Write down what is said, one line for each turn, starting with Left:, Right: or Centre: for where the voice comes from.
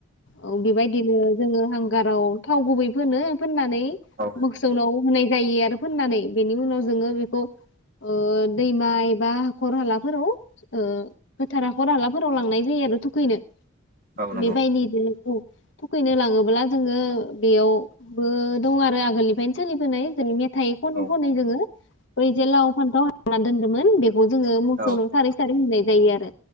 Left: औ बेबायदिनो जोङो हांगाराव थाव गुबै फोनो फोननानै
Right: औ नंगौ औ
Left: मोसौनाव होनाय जायो आरो फोननानै बेनि उनाव जोङो बेखौ ओ दैमा एबा हाखर हालाफोराव ओ गोथार हाखर हालाफोराव लांनाय जायो आरो थुखैनो
Right: औ नंगौ औ नंगौ औ नंगौ औ नंगौ
Left: बेबायदिनो औ थुखैनो लाङोब्ला जोङो बेयावबो दं आरो आगोलनिफ्रायनो सोलिबोनाय ज मेथाइ खनै
Right: औ
Left: खनै जोङो बै जे लाव फान्थाव हाना दोन्दोंमोन बेखौ जोङो
Right: नंगौ
Left: मोसौनाव सारै सारै होनाय जायो आरो